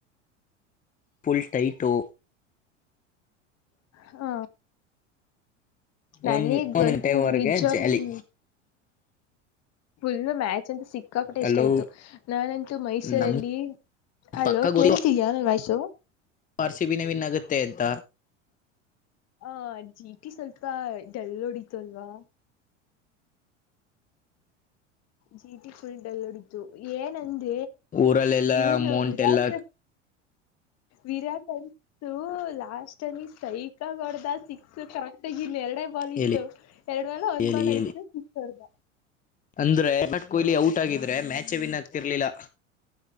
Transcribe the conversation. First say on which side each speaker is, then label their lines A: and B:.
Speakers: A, on the left (about 20°); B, on the left (about 45°).
A: ಫುಲ್ಟೈಟೋ
B: ಹ ನನಗಂತೂ
A: ಒನ್ ಒಂದ ಟೈಮ್ವರೆಗೆ
B: ನಿಜವಾಗ್ಲೂ
A: ಜಾಲಿ
B: ುಲ್ ಮ್ಯಾಚ್ ಅಂತ ಸಿ ಕಾಪಟ್ಟೆ
A: ಹಲೋ
B: ಇಷ್ಟ ಆಯ್ತು ನಾನಂತೂ ಮೈಸೂರಲ್ಲಿ
A: ನಮ್
B: ಅಲೋ
A: ಪಕ್ಕ ಗೊತ್ತು
B: ಕೇಳಳ್ತಿದಯ ನನ್ ವಯ್ಸು
A: ಆರ್ ರ್ಸಿಬಿನವಿನ್ಗುತ್ತೆ ಅಂತ
B: ಹ ಜೀಟಿ ಸ್ವಲ್ಪ ಡೆಲ್ಲ ಹೊಡಿತು ಅಲ್ವಾ ಜೀಟಿ ಫುಲ್ ದಲ್ವದಿತು ಏನಂದ
A: ಊರಲ್ಲೆಲ್ಲ
B: ವು
A: ಅಮೌಂಟ್
B: ನ ವಿರಾಟ್
A: ಎಲ್ಲ
B: ವಿರಾಟ್ ಅಂತು ಲಾಸ್ಟ್ನಿ ಸೈಕ ಹೊಡದ ಸಿಕ್ಕ ಕರೆಕ್ಟಗ ಇಲ್ಲಿ ಎರಡೇ ಬಾಲ್
A: ಹೇಳಿ
B: ಇತ್ತು ಎರಡ್ ವಾಲ ಒಂದ್
A: ಹೇಳಿ
B: ಬಾಲ್
A: ಹೇಳಿ
B: ಇಐತ್ತು ಸಿಡ್ದ
A: ಅಂದ್ರೆ ವಿರಾಟ್ ಕೊಹ್ಲಿ ಔಟ್ ಆಗಿದ್ರೆ ಮ್ಯಾಚೇ ವಿನ್ ಆಗ್ತಿರ್ಲಿಲ್ಲ